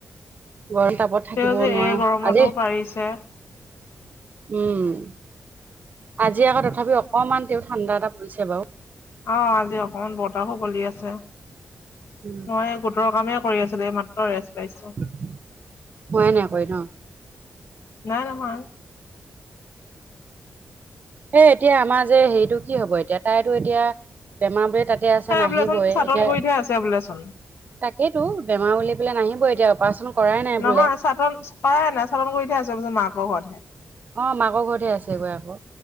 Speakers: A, on the right; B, on the left.
A: গৰম তাপত থাকিব
B: তেওঁ যে
A: নোৱাৰো
B: এই গৰমতো
A: আজি
B: পাৰিছে
A: উম, আজি আকৌ তথাপিও অকমান তেওঁ ঠাণ্ডা এটা পৰিছে বাৰু।
B: আহ, আজি অকমান বতাহো বলি আছে
A: উম,
B: মই গোটৰ কামে কৰি আছিলোঁ, এই মাত্ৰ পাইছো
A: <unintelligible>
B: নাই, নহয়।
A: এ, এতিয়া আমাৰ যে হেৰিতটো কি হ'ব এতিয়া তাইতো এতিয়া বেমাৰ বোৰে তাতে আছে
B: এই
A: নাহিবই
B: বোলেচোন চাটন
A: এতিয়া,
B: কৰি থোৱা আছে বোলেচোন
A: তাকেইতো বেমাৰ বুলি পেলাই নাহিবই <unintelligible>
B: নহয়
A: বোলে
B: চাটন কৰাই নাই <unintelligible> পিছত মাকৰ ঘৰতহে। অ,
A: অ মাকৰ ঘৰতহে আছেগৈ আকৌ